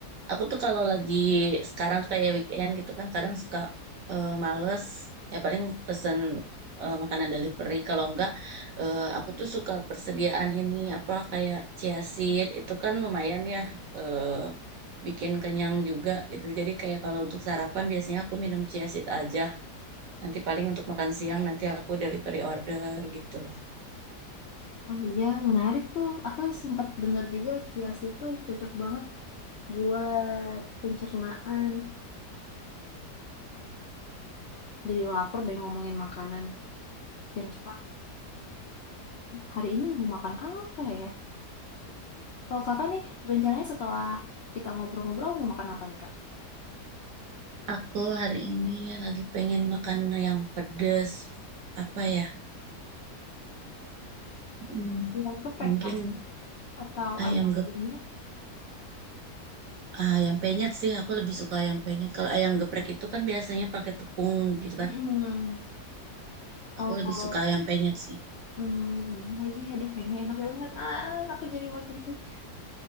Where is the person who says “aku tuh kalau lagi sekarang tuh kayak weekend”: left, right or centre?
Right